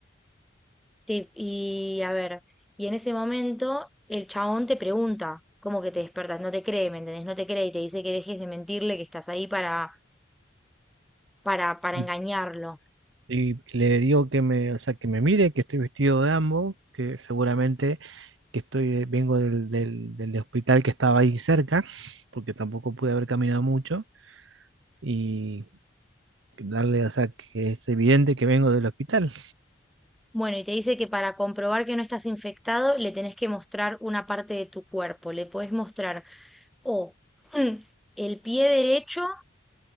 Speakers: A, in the centre; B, on the right (about 70°).
A: Te- y a ver, y en ese momento el chabón te pregunta, ¿cómo que te despertas? No te cree, ¿me entendés? No te cree y te dice que dejes de mentirle, que estás ahí para, para, para
B: Y
A: engañarlo.
B: Y le digo que me, o sea, que me mire, que estoy vestido de ambos, que seguramente que estoy, eh, vengo del, del, del hospital que estaba ahí cerca, porque tampoco pude haber caminado mucho, y darle, o sea, que es evidente que vengo del hospital,
A: Bueno, y te dice que para comprobar que no estás infectado, le tenés que mostrar una parte de tu cuerpo. Le podés mostrar o mm, el pie derecho